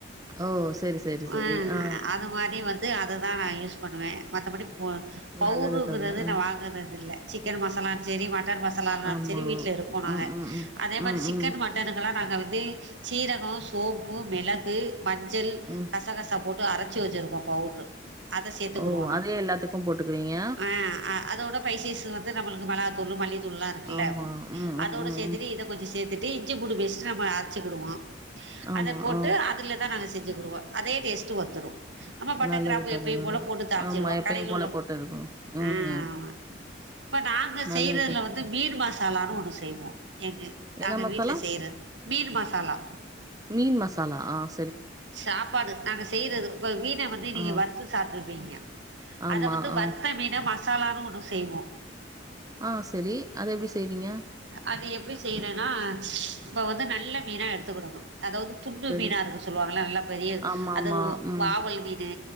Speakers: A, on the right (about 20°); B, on the right (about 75°).
A: ஓ! சரி, சரி, சரி.
B: ஆஹ்
A: ஆ
B: அத மாரி வந்து அதுதான் நா யூஸ் பண்ணுவேன் மத்தபடி பவுடுருங்கிறது
A: நல்லது தோழி. ஆ.
B: நான் வாங்குறது இல்ல சிக்கன் மசாலனு சேரி மட்டன் மசாலானாலும்
A: ஆமா.
B: சேரி வீட்ல இருக்கும் நாங்க
A: ம், ம், ம்.
B: அதே மாரி
A: ம்,
B: சிக்கன்
A: ம்,
B: மட்டனுக்கல்லாம் நாங்க தீ சீரகம் சோப்பு மிளகு மஞ்சள்
A: ம்.
B: கசா கசா போட்டு அரைச்சி வச்சிருப்போம் பவுட்ரு அத சேர்த்துக்கடுவோம்
A: ஓ! அதே
B: நாங்க
A: எல்லாத்துக்கும் போட்டுக்குவீங்க?
B: ஆஹ் அதோட பஸ்சஸ் நம்மளுக்கு மிளகாய்தூலு மல்லி தூள்லாம் இருக்குல
A: ஆமா. ம், ம்,
B: அதோட
A: ம்,
B: சேர்த்துட்டு
A: ம்.
B: இதை கொஞ்சம் சேர்த்துட்டு இ் இஞ்சி புண்டு பேச்சிட்டு நம்ப அரைச்சிடுவோம்
A: ஆமா.
B: அத போட்டு
A: ஆ.
B: அதுலதான் நாங்க செஞ்சுகுடுவோம் அதே டேஸ்ட்டு வந்துடும் நம்ம பட்டை
A: நல்லது
B: கிராம்பு
A: தோழி,
B: எப்பும்
A: நல்லது.
B: போல போட்டு தாளிச்சருவோம்
A: ஆமா, எப்பயும்
B: கடைல
A: போல
B: உள்ள
A: போட்டு இது பண்ணும். ம்.
B: ஆஹ் இ நாங்க
A: நல்லது
B: செய்யறதுல
A: தோழி.
B: வந்து மீன் மாச எல்லாரும் ஒன்னு செய்வோம் எனக்கு நாங்க
A: என்ன மசாலா?
B: வீட்டில் செய்கிறது மீன் மசாலா
A: மீன் மசாலா ஆஹ்
B: சாப்பாடு நாங்க செய்யறது இப்ப மீன வந்து நீங்க
A: ஆ.
B: வறுத்து சாப்பி ப்பிங்க
A: ஆமா.
B: அத வந்து
A: ஆ.
B: வருத்தமீன மா மசாலானு ஒன்னு செய்வோம்
A: ஆஹ் சேரி அத எப்படி செய்வீங்க
B: அது எப்படி செய்றேன்னா இப்போ வந்து நல்ல மீனா எடுத்துக்கடணும் அதாவது துண்டு
A: சரி.
B: மீனா இருக்கு சொல்லுவாங்கள நல்லா பெரிய
A: ஆமாமா.
B: அதாவது
A: ம்.
B: வாவல் மீனு